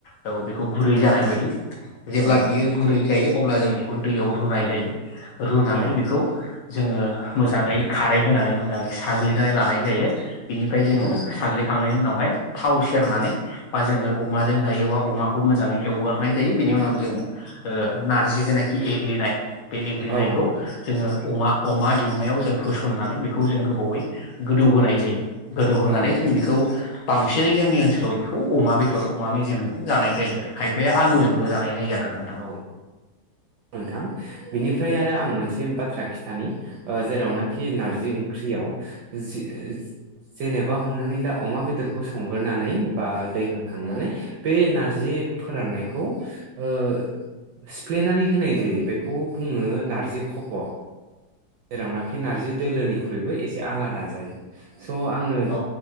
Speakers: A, on the left (about 70°); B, on the right (about 70°).
A: औ बेखौ गुरै जानाय बायदि जेब्ला
B: औ
A: बियो गुरै जायो अब्ला जों बेखौ दैयाव रुनाय जायो। रुनानै
B: औ
A: बेखौ जोङो मोजाङै खारै होनानै मोजाङै साग्लिनानै लानाय जायो। बिनिफ्राय जोङो
B: औ
A: साग्लिखांनायनि उनाव बेहाय थाव सेरनानै बा जोङो अमाजों जायोबा अमाखौ मोजाङै एवगारनाय जायो बिनि उनाव जों नारजि जेनिखि एग्लिनाय बे एग्लिनायखौ
B: औ
A: जोङो अमा अमा एवनायाव जों होसन फुननानै बेखौ जों गोबावै गोदौ होनाय जायो। गोदौ होनानै
B: औ
A: जों बेखौ बांसिनै जोंनि ओनसोलाव बेखौ अमा बेदर अमा मेजेमजों जानाय जायो आरो। खायफाया आलुजोंबो
B: औ
A: जानाय जायो आरो नोंथां।
B: औ नोंथां बिनिफ्राय आरो आं मोनसे बाथ्रा खिथानि ओ जेरावनोखि नारजि ओंख्रियाव जि-जेनेबा हमनानै ला अमा बेदरखौ संग्रोनानै बा दै होखांनानै बे नारजि फोराननायखौ ओ सिफ्लेनानै होनाय जायो, बेखौ बुङो नारजि खफ। जेरावनाखि नारजि दोलोनिख्रुइबो एसे आलादा जायो। स आङो
A: औ